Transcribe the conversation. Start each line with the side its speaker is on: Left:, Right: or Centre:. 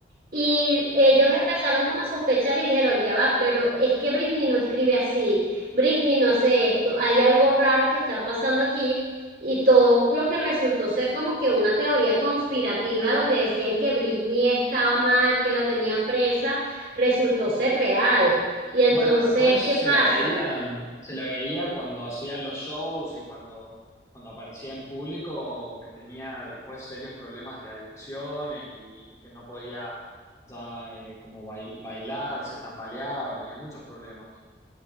Right: y ellos empezaron como a sospechar y dijeron, ya va, pero es que Britney no escribe así, Britney no hace esto, hay algo raro que está pasando aquí. Y todo lo que resultó ser como que una teoría conspirativa donde decían que Britney estaba mal, que la tenían presa, resultó ser real. Y entonces,
Left: Bueno, después
Right: ¿qué pasa?
Left: se la veía, se la veía cuando hacía los shows y cuando, cuando aparecía en público, que tenía después serios problemas de adicciones y, y que no podía ya eh, como bail- bailar, se tambaleaba, tenía muchos problemas.